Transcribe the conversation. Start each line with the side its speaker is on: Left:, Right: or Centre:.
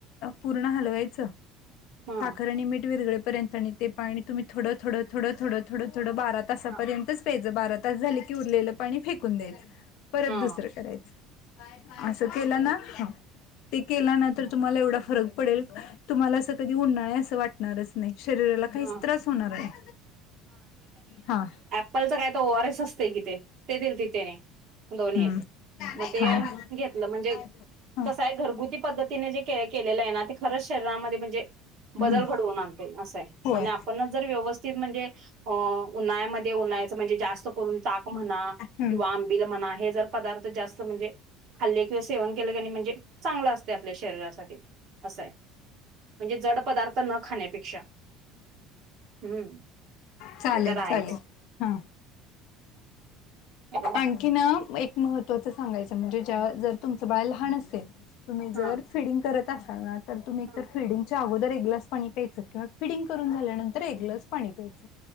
Left: पूर्ण हलवायचं.
Right: हा
Left: साखर आणि मीठ विरागळे पर्यंत आणि ते पाणी तुम्ही थोडं, थोडं, थोड, थोडं, थोड, थोडं बारा तासापर्यंतच
Right: हा
Left: प्यायच, बारा तास झाले की उरलेलं पाणी फेकून द्यायच परत
Right: हा
Left: दुसरं करायचं असं केलं ना ते केल्यानंतर तुम्हाला एवढा फरक पडेल तुम्हाला असं कधी उन्हाळा आहे असं वाट णारच नाही शरीराला काहीच
Right: ह
Left: त्रास होणार नाही. हा.
Right: कालच काय तर ओ आर एस असतेय कि ते ते दिलते त्यांनी दोन्ही
Left: हम्म
Right: मग ते
Left: हा
Right: घेतलं म्हणजे
Left: हा
Right: कस हाय घरगुती पद्धतीने जे केले केलेलं आहे ना ते खरंच शरीरामध्ये म्हणजे बदल
Left: हम्म
Right: घडवून आणते असंय
Left: होय
Right: आणि आ जर व्यवस्थित म्हणजे अह उन्हाळ्यामध्ये उन्हाळ्याच म्हणजे जा जास्त करून ताक म्हणा
Left: हम्म
Right: किंवा आंबिल म्हणा हे जर पदार्थ जास्त म्हणजे खाल्ले किंवा सेवन केलं कनय म्हणजे चांगलं असतय आपल्या शरीरासाठी असं आहे. म्हणजे जड पदार्थ न खाण्यापेक्षा. हम्म
Left: चालेल
Right: ते तर आहेच
Left: चालेल हा.
Right: हॅलो.
Left: आणखीन एक महत्त्वाचं सांगायचं म्हणजे जेव्हा जर तुमचं बाळ लहान असेल तुम्ही जर
Right: हा
Left: फिडिंग करत असाल ना तर तुम्ही एक
Right: हा
Left: तर फिडिंग च्या अगोदर एक ग्लास पाणी प्यायचं किंवा फिडिंग करून झाल्यानंतर एक ग्लास पाणी प्यायचं.